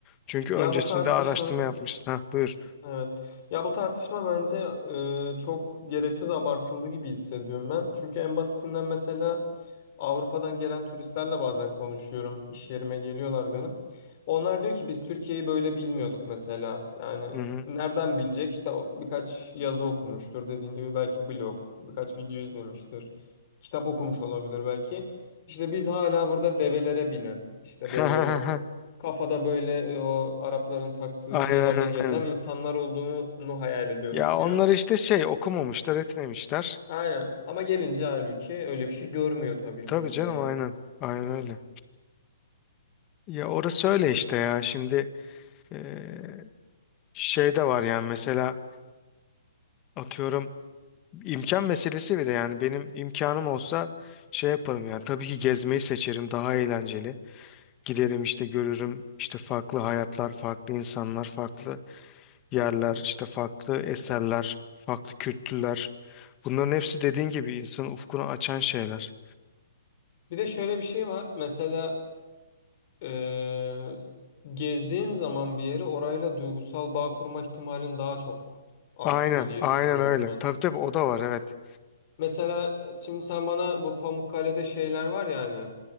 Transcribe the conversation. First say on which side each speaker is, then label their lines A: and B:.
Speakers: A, on the left; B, on the left.
A: Çünkü
B: Ya
A: öncesinde
B: bu tartışma.
A: araştırma yapmışsın. Ha buyur.
B: Evet. Ya bu tartışma bence e, çok gereksiz abartıldı gibi hissediyorum ben. Çünkü en basitinden mesela Avrupa'dan gelen turistlerle bazen konuşuyorum. İş yerime geliyorlar benim. Onlar diyor ki biz Türkiye'yi böyle bilmiyorduk mesela. Yani
A: Hı hı.
B: nereden bilecek? İşte o birkaç yazı okumuştur dediğin gibi belki blog, birkaç video izlemiştir. Kitap okumuş olabilir belki. İşte biz hala burada develere binen, işte
A: <laughs>
B: böyle kafada böyle e, o Arapların taktığı
A: Aynen
B: şeylerle
A: aynen
B: gezen
A: aynen.
B: insanlar olduğunu hayal ediyorduk
A: Ya
B: diyor.
A: onlar işte şey okumamışlar etmemişler.
B: Aynen ama gelince halbuki öyle bir şey görmüyor tabii ki
A: Tabii
B: burada
A: canım
B: yani.
A: aynen. Aynen öyle. Ya orası öyle işte ya. Şimdi e, şey de var yani mesela atıyorum İmkan meselesi bile yani benim imkanım olsa şey yaparım yani tabii ki gezmeyi seçerim daha eğlenceli. Giderim işte görürüm işte farklı hayatlar, farklı insanlar, farklı yerler, işte farklı eserler, farklı kültürler. Bunların hepsi dediğin gibi insanın ufkunu açan şeyler.
B: Bir de şöyle bir şey var mesela e, gezdiğin zaman bir yeri orayla duygusal bağ kurma ihtimalin daha çok artıyor
A: Aynen,
B: diye
A: aynen
B: düşünüyorum
A: öyle.
B: ben.
A: Tabii tabii o da var evet.
B: Mesela e, şimdi sen bana bu Pamukkale'de şeyler var ya hani